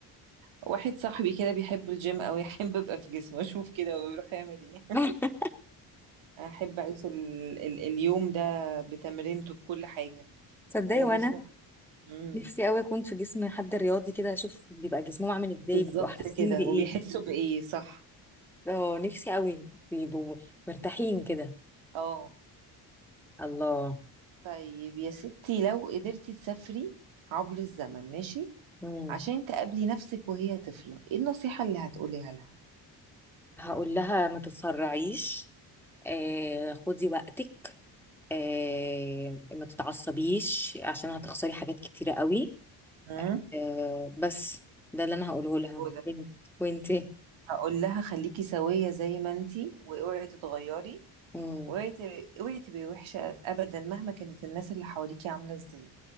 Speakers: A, on the right (about 75°); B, in the centre.
A: واحد صاحبي كده بيحب الجيم او يحب ابقى في جسمه اشوف كده ويروح يعمل ايه
B: <laughs>
A: <laughs> احب اعيش ال... ال... اليوم ده بتمرينته بكل حاجه
B: تصدقي
A: هو
B: وانا
A: جسمه مم.
B: نفسي قوي اكون في جسم حد رياضي كده اشوف بيبقى جسمهم عامل ازاي
A: بالظبط
B: بيبقوا حاسين
A: كده
B: بايه
A: وبيحسوا بإيه صح
B: اه نفسي قوي بيبقوا مرتاحين كده
A: اه
B: الله
A: طيب يا ستي لو قدرتي تسافري عبر الزمن ماشي
B: مم.
A: عشان تقابلي نفسك وهي طفلة ايه النصيحة اللي هتقوليها لها
B: هقول لها ما تتسرعيش آه خدي وقتك آه ما تتعصبيش عشان هتخسري حاجات كتيرة قوي
A: امم
B: آه بس ده اللي انا هقوله لها
A: وده
B: وانت وانتي
A: هقول لها خليكي سوية زي ما انتي واوعي تتغيري
B: امم
A: واوعي ت- اوعي تبقي وحشة ابدا مهما كانت الناس اللي حواليكي عاملة ازاي